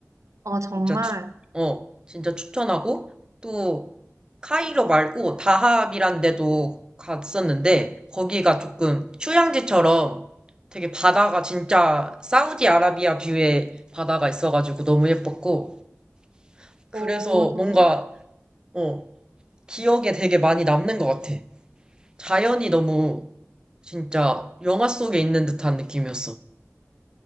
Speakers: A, on the right; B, on the right.
A: 아, 정말.
B: 진짜 추, 어, 진짜 추천하고, 또, 카이로 말고 다합이란 데도 갔었는데, 거기가 조금 휴양지처럼 되게 바다가 진짜 사우디아라비아 뷰의 바다가 있어가지고 너무 예뻤고, 그래서
A: 어, 정말?
B: 뭔가, 어, 기억에 되게 많이 남는 것 같아. 자연이 너무 진짜 영화 속에 있는 듯한 느낌이었어.